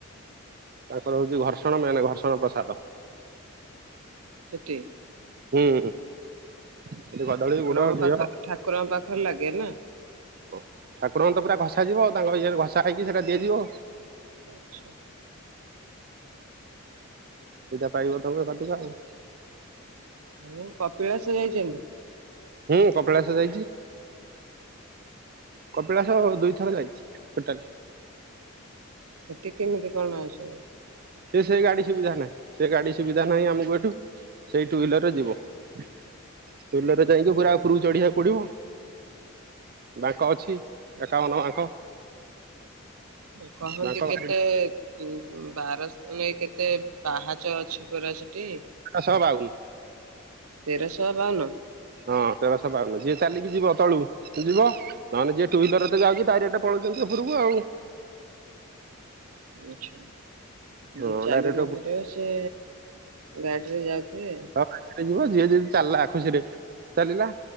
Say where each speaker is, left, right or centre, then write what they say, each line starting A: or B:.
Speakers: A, on the right; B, on the right.
A: ତାଙ୍କର ହଉଛି ଘର୍ଷଣ ମାନେ ଘର୍ଷଣ ପ୍ରସାଦ।
B: ସେଟି
A: ହୁଁ ସେଠି କଦଳୀ
B: ଠାକୁରଙ୍କ
A: ଗୁଡ ଘିଅ
B: ପାଖ ଠାକୁରଙ୍କ ପାଖରେ ଲାଗେ ନା?
A: ଓ ଠାକୁରଙ୍କୁ ତ ପୁରା ଘସାଯିବ ତାଙ୍କ ଇଏରେ ଘସାହେଇକି ସେଇଟା ଦିଆଯିବ।
B: ଆଚ୍ଛା।
A: ସେଇଟା ପାଇବ ତମେ କଟିବ ଆଉ
B: ହୁଁ କପିଳାସ ଯାଇଚନ୍ତି?
A: ହୁଁ କପିଳାସ ଯାଇଚି, କପିଳାସ ଦୁଇଥର ଯାଇଛି ଟୋଟାଲେ।
B: ସେଠି କେମିତି କଣ ସବୁ?
A: ସେ ସେ ଗାଡି ସୁବିଧା ନାହିଁ, ସେ ଗାଡି ସୁବିଧା ନାହିଁ ଆମକୁ ଏଠୁ ସେଇ ଟୁ ହ୍ଵିଲରରେ ଯିବ ଟୁ ହ୍ୱିଲରେ ଯାଇକି ପୁରା ଉପରକୁ ଚଢିବାକୁ ପଡିବ
B: <inaudible>
A: ବାଙ୍କ ଅଛି ଏକାବନ ବାଙ୍କ।
B: କହନ୍ତି
A: ବାଙ୍କ
B: କେତେଏଏ
A: ଭାରି
B: ଉଁ ବାର ନାଇଁ କେତେ ପାହାଚ ଅଛି ପରା ସେଠି?
A: ଶହ ବାଉନ
B: ତେରଶହ ବାଉନ
A: ହଁ ତେରସ ବାଉନୁ ଯିଏ ଚାଲିକି ଯିବ ତଳୁ ସେ ଯିବ ନହେଲେ ଯିଏ ଟୁ ହ୍ଵିଲର ତ‌ ଯାଉଛି ତାରିପଟେ ପଳଉଛନ୍ତି ଉପରକୁ ଆଉ
B: ଆଚ୍ଛା। ଯିଏ
A: ହଁ
B: ଚାଲି
A: ଡାଇରେକ୍ଟ
B: ନ ପାରିବ ସେ ଗାଡିରେ ଯାଉଥିବେ
A: ଉପରକୁ ଯିବ ଯିଏ ଯଦି ଚାଲିଲା ଖୁସିରେ ଚାଲିଲା